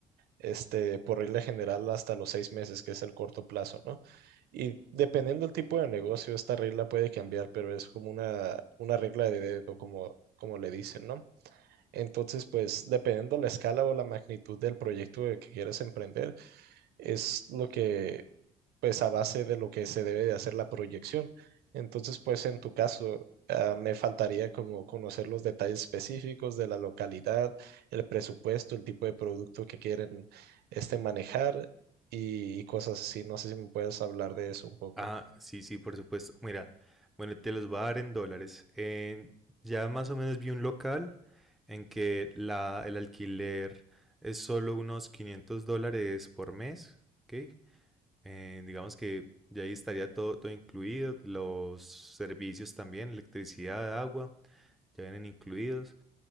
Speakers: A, on the right (about 70°); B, in the centre.
A: este, por regla general hasta los seis meses, que es el corto plazo, ¿no? Y dependiendo del tipo de negocio, esta regla puede cambiar, pero es como una, una regla de dedo, como, como le dicen, ¿no? Entonces, pues, dependiendo la escala o la magnitud del proyecto que quieras emprender, es lo que pues a base de lo que se debe de hacer la proyección. Entonces, pues en tu caso, ah, me faltaría como conocer los detalles específicos de la localidad, el presupuesto, el tipo de producto que quieren este manejar y, y cosas así. No sé si me puedes hablar de eso un poco.
B: Ah, sí, sí, por supuesto. Mira, bueno, te los voy a dar en dólares. Eh, ya más o menos vi un local en que la, el alquiler es solo unos 500 dólares por mes, ¿ok? Eh, digamos que ya ahí estaría todo, todo incluido, los servicios también, electricidad, agua, ya vienen incluidos.